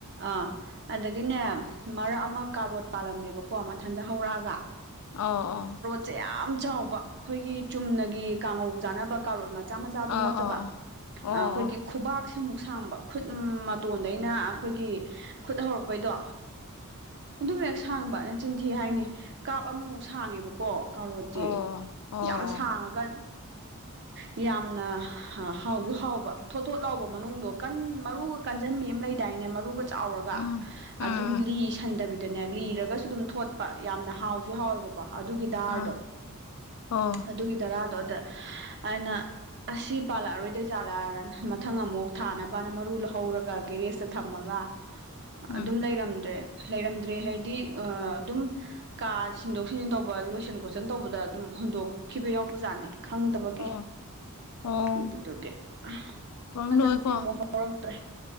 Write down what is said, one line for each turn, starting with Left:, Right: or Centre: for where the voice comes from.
Right: ꯑꯥ ꯑꯗꯒꯤꯅꯦ ꯃꯔꯛ ꯑꯃ ꯀꯥꯔꯣꯠ ꯄꯥꯜꯂꯝꯃꯦꯕꯀꯣ ꯃꯊꯟꯇ ꯍꯧꯔꯛꯑꯒ
Left: ꯑꯣ ꯑꯣ
Right: ꯁꯦ ꯌꯥꯝ ꯆꯥꯎꯕ ꯑꯩꯈꯣꯏꯒꯤ ꯆꯨꯝꯅꯒꯤ ꯀꯥꯡꯉꯧ ꯆꯥꯅꯕ ꯀꯥꯔꯣꯠ ꯃꯠ ꯃꯆꯥ ꯃꯆꯥꯗꯨ
Left: ꯑꯣ
Right: ꯅꯠꯇꯕ
Left: ꯑꯣ ꯑꯣ
Right: ꯑꯩꯈꯣꯏꯒꯤ ꯈꯨꯕꯥꯛꯁꯤꯃꯨꯛ ꯁꯥꯡꯕ ꯈꯨꯠ ꯃꯇꯣꯟꯗꯩꯅ ꯑꯩꯈꯣꯏꯒꯤ ꯈꯨꯠ ꯍꯧꯔꯛꯄꯩꯗꯣ ꯑꯗꯨ ꯍꯦꯛ ꯁꯥꯡꯕ ꯅꯆꯤꯟꯊꯤ ꯍꯥꯏꯅꯤ ꯀꯥꯞ ꯑꯃꯃꯨꯛ ꯁꯥꯡꯉꯦꯕꯀꯣ ꯀꯥꯔꯣꯁꯦ
Left: ꯑꯣ ꯑꯣ ꯑꯣ
Right: ꯌꯥꯝ ꯁꯥꯡꯉꯒ ꯌꯥꯝꯅ ꯍꯥꯎꯁꯨ ꯍꯥꯎꯕ ꯊꯣꯠ ꯊꯣꯠ ꯍꯥꯎꯕ ꯃꯅꯨꯡꯗꯣ ꯀꯟ ꯃꯔꯨꯒ ꯀꯟꯓꯟꯕꯤ ꯑꯃ ꯂꯩ ꯗꯥꯏꯅꯦ ꯃꯔꯨꯒ ꯆꯥꯎꯔꯒ
Left: ꯎꯝ ꯑꯣ
Right: ꯑꯗꯨ ꯂꯤꯁꯟꯗꯕꯤꯗ ꯑꯗꯨꯅꯦ ꯂꯤꯔꯒꯁꯨ ꯑꯗꯨꯝ ꯊꯣꯠꯄ ꯌꯥꯝꯅ ꯍꯥꯎꯁꯨ ꯍꯥꯎꯋꯦꯕꯀꯣ ꯑꯗꯨꯒꯤ ꯗꯥꯔꯗꯣ
Left: ꯑꯣ ꯑꯣ ꯑꯣ
Right: ꯑꯗꯨꯒꯤ ꯔꯥꯗꯣ ꯑꯗ ꯑꯩꯅ ꯑꯁꯤ ꯄꯥꯜꯂꯛꯑꯔꯣꯏꯗꯩ ꯆꯥꯜꯂꯛꯑ ꯃꯊꯪ ꯑꯃꯨꯛ ꯊꯥꯅꯕꯅ ꯃꯔꯨ ꯂꯧꯍꯧꯔꯒ ꯒꯦꯔꯦꯖꯇ ꯊꯝꯃꯒ
Left: ꯎꯝ
Right: ꯑꯗꯨꯝ
Left: ꯎꯝ ꯎꯝ
Right: ꯂꯩꯔꯝꯗ꯭ꯔꯦ ꯂꯩꯔꯝꯗ꯭ꯔꯦ ꯍꯥꯏꯗꯤ ꯑꯗꯨꯝ ꯀꯥ ꯁꯤꯟꯗꯣꯛ ꯁꯤꯟꯖꯤꯟ ꯇꯧꯕ ꯂꯣꯏꯁꯤꯟ ꯈꯣꯠꯆꯟ ꯇꯧꯕꯗ ꯑꯗꯨꯝ ꯍꯨꯟꯗꯣꯛꯈꯤꯕ ꯌꯥꯎꯕ ꯖꯥꯠꯅꯦ ꯈꯪꯗꯕꯒꯤ
Left: ꯑꯣ ꯎꯝ ꯑꯣ ꯑꯣ
Right: ꯑꯗꯨꯗꯨꯒꯤ ꯑ
Left: ꯄꯥꯝꯂꯣꯏꯀꯣ
Right: ꯍꯟꯗꯛꯇꯤ ꯑꯃꯨꯛ ꯍꯧ ꯊꯣꯛꯔꯛꯇ꯭ꯔꯦ